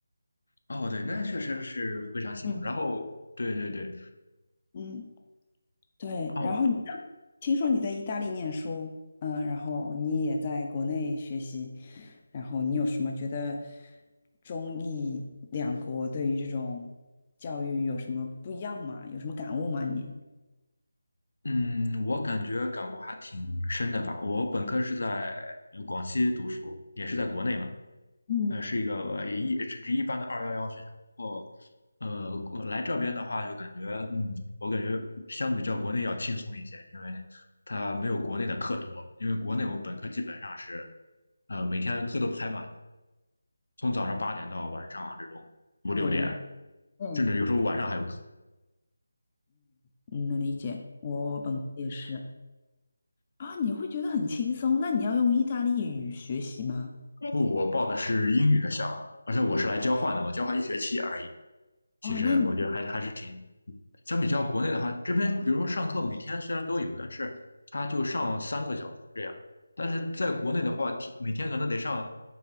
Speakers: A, on the left (about 80°); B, on the left (about 25°).
A: 哦，对，那确实是非常辛苦。
B: 嗯，
A: 然后，对对对，
B: 嗯。对，
A: 哦，
B: 然后你呢听说你在意大利念书，嗯，然后你也在国内学习，然后你有什么觉得中意两国对于这种教育有什么不一样吗？有什么感悟吗？你？
A: 嗯，我感觉感悟还挺深的吧。我本科是在广西读书，也是在国内嘛。
B: 嗯，
A: 呃，是一个呃一只是一般的二幺幺学校。然后，呃，我来这边的话，就感觉，嗯，我感觉相比较国内要轻松一些，因为它没有国内的课多。因为国内我们本科基本上是，呃，每天课都排满，从早上八点到晚上这种五六点，
B: 那我理解，嗯，
A: 甚至有时候晚上还有课。
B: 嗯能理解，我本科也是啊，你会觉得很轻松，那你要用意大利语学习吗？
A: 不，我报的是英语的项目，而且我是来交换的，我交换一学期而已。其实我觉得还还是挺
B: 哦，那你
A: 相比较国内的话，这边比如说上课每天虽然都有，但是他就上三个小时这样，但是在国内的话，天每天可能得上